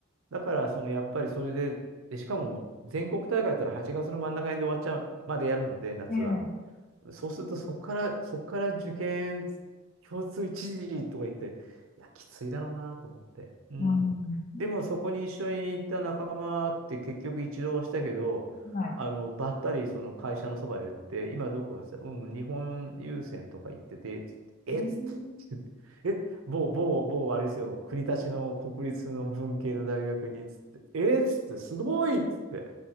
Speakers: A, on the right; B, on the left.
A: だから、その、やっぱりそれで、で、しかも、全国大会やったら8月の真ん中辺で終わっちゃう、までやるので、夏は。
B: い。ええ。
A: そうすると、そこから、そこから受験、共通一時とか言って、いや、きついだろうなと思って。うん。
B: うん。
A: でも、そこに一緒に行った仲間って結局一度はしたけど、
B: はい。
A: あの、ばったりその会社のそばで言って、今どこですかうん、日本郵船とか行ってて、つってえっつっ
B: え
A: て、<laughs> え、某、某、某、あれですよ、国立の国立の文系の大学に、つって、えっつって、すごいっつって。